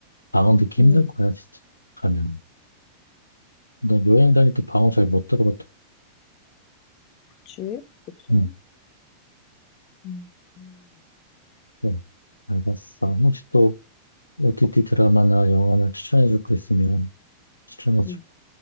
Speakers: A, on the left; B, on the left.
A: 방언 듣기
B: 음.
A: 힘든 거야 진짜 가면 너 여행 다닐 때 방언 잘 못 들어봤다
B: 그치. 그치.
A: 응
B: 음. 음.
A: 그래 알았어
B: 맞아. 음.
A: 혹시 또 OTT 드라마나 영화나 추천해 줄 거 있으면 추천해 줘
B: 음.